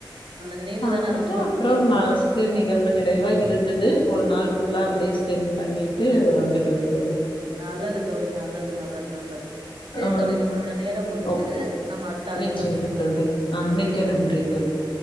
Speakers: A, on the right (about 80°); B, on the left (about 75°).
A: நினைவு
B: பாத்துட்டு
A: தான ரொம்ப
B: அப்பறம்
A: முக்கியமா
B: மனசுக்கு
A: இருக்கு
B: நிகழ்வு நிறைவா இருந்தது ஒரு நாள் ஃபுல்லா
A: கண்டிப்பா
B: அப்படியே ஸ்பெண்ட் பண்ணிட்டு வந்துட்டோம் தோழி
A: நல்லது தோழி நல்லது நல்லது நல்லது செரி
B: ஆ.
A: தோழி நம்மளோட நேரம் முடிஞ்சது
B: ஓ
A: நம்ம அடுத்த அழைப்புல
B: நிச்சயமா
A: பேசலாம்
B: தோழி. ஆ
A: நன்றி
B: மிக்க
A: தோழி நன்றி
B: தோழி. ம்.